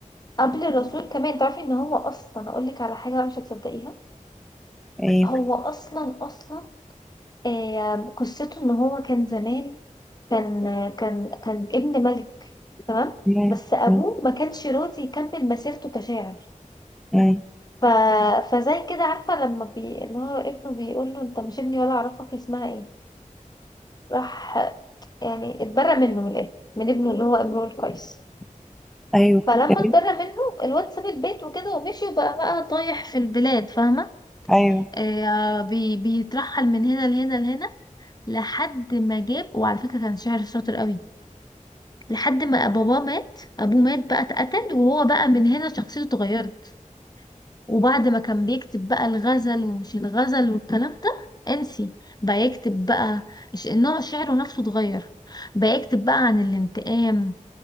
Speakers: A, on the left (about 30°); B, in the centre.
A: قبل الرسول كمان تعرفي ان هو اصلا اقول لك على حاجة مش هتصدقيها
B: يعني
A: هو اصلا اصلا آه، قصته ان هو كان زمان كان كان كان ابن ملك تمام
B: مم.
A: بس ابوه
B: مم.
A: ما كانش راضي يكمل مسيرته كشاعر
B: مم.
A: ف... فزي كده عارفة لما بي... اللي هو ابنه بيقول له انت مش ابني ولا اعرفك اسمها ايه راح يعني اتبرى منه من الابن من ابنه اللي هو امرؤ القيس
B: ايوه
A: فلما
B: كمان-
A: اتبرى منه الواد ساب البيت وكده ومشي وبقى بقى طايح في البلاد فاهمة
B: ايوه
A: آه بي... بيترحل من هنا لهنا لهنا لحد ما جاب وعلى فكرة كان شاعر شاطر قوي لحد ما باباه مات ابوه مات بقى اتقتل وهو بقى من هنا شخصيته اتغيرت وبعد ما كان بيكتب بقى الغزل ومش الغزل والكلام ده انسي بقى يكتب بقى ش- نوع شعره نفسه اتغير بقى يكتب بقى عن الانتقام